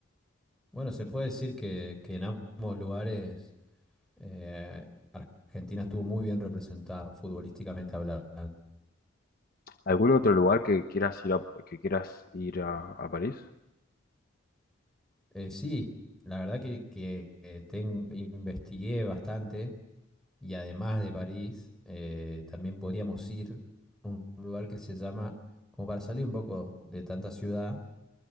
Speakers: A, in the centre; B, on the left (about 45°).
A: Bueno, se puede decir que, que en ambos lugares eh, Argentina estuvo muy bien representada futbolísticamente hablando.
B: ¿Algún otro lugar que quieras ir a, que quieras ir a, a París?
A: Eh, sí, la verdad que, que, eh, ten- investigué bastante Y además de París, eh, también podríamos ir a un lugar que se llama, como para salir un poco de tanta ciudad,